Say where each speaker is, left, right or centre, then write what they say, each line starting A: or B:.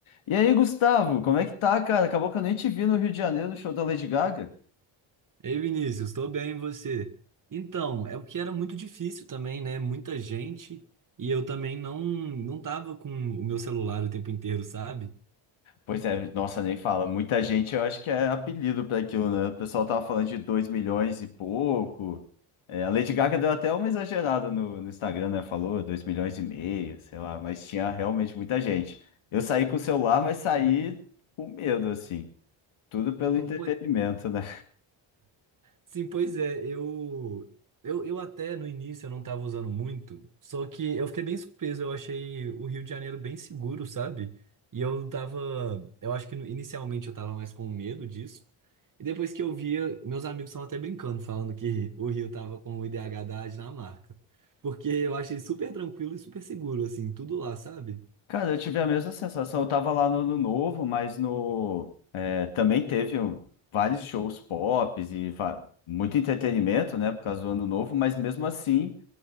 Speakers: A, on the left (about 70°); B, on the right (about 40°).
A: E aí, Gustavo, como é que tá, cara? Acabou que eu nem te vi no Rio de Janeiro no show da Lady Gaga.
B: Ei, Vinícius, estou bem, e você? Então, é porque era muito difícil também, né? Muita gente e eu também não não tava com o meu celular o tempo inteiro, sabe?
A: Pois é, nossa, nem fala. Muita gente, eu acho que é apelido para aquilo, né? O pessoal tava falando de 2 milhões e pouco. É, a Lady Gaga deu até uma exagerada no, no Instagram, né? Falou 2 milhões e meio, sei lá, mas tinha realmente muita gente. Eu saí com o celular, mas saí com medo, assim. Tudo pelo
B: Então,
A: entretenimento,
B: po-
A: né?
B: Sim, pois é, eu, eu, eu até no início eu não tava usando muito, só que eu fiquei bem surpreso, eu achei o Rio de Janeiro bem seguro, sabe? E eu tava, eu acho que no- inicialmente eu tava mais com medo disso, e depois que eu via, meus amigos estavam até brincando, falando que <laughs> o Rio tava com o IDH da Dinamarca, porque eu achei super tranquilo e super seguro, assim, tudo lá, sabe?
A: Cara, eu tive a mesma sensação. Eu tava lá no Ano Novo, mas no é, também teve um- vários shows pop e va- muito entretenimento, né, por causa do Ano Novo. Mas mesmo assim,